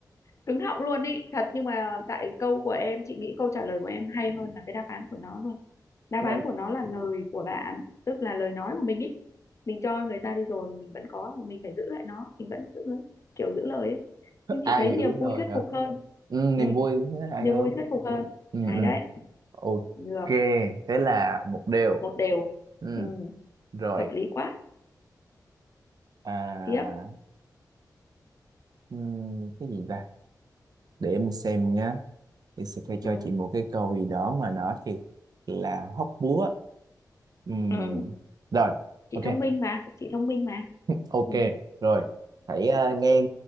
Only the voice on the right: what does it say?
Nó-
ai
giữ nồi
hả
ừ, niềm
vui thế hay
hơn
ừ,
ừ.
ok
thế là một điều
ừ,
rồi
à
ừm, cái gì ta để em xem nhá thì sẽ phải cho
chị một cái câu gì đó mà nó thiệt là hóc búa Ừm,
rồi
ok
<laughs> ok
rồi hãy à, nghe